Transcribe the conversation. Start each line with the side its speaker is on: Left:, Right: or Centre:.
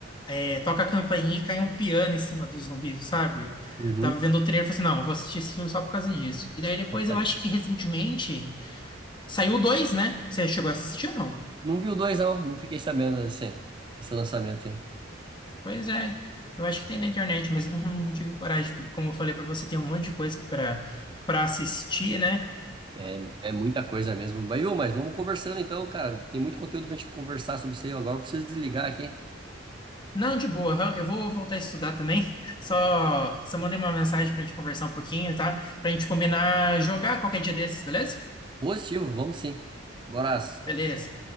Left: é, toca a campainha e cai um piano em cima dos zumbis, sabe?
Right: Uhum.
Left: Tava vendo o trailer e falei assim, não, eu vou assistir esse filme só por causa disso. E daí depois
Right: Vou ficar
Left: eu
Right: demais.
Left: acho que recentemente saiu o dois, né? Você chegou a assistir ou não?
Right: Não vi o dois, não. Não fiquei sabendo desse, desse lançamento aí.
Left: Pois é, eu acho que tem na internet, mas não, não tive coragem, porque como eu falei pra você, tem um monte de coisa para para assistir, né?
Right: É, é muita coisa mesmo. Mas, ô, mas vamos conversando então, cara. Tem muito conteúdo pra gente conversar sobre isso aí. Agora eu preciso desligar aqui.
Left: Não, de boa, aham, eu vou voltar a estudar também. <laughs> Só, só mandei uma mensagem pra gente conversar um pouquinho, tá? Pra gente combinar jogar qualquer dia desses, beleza?
Right: Positivo, vamos sim. Bora.
Left: Beleza.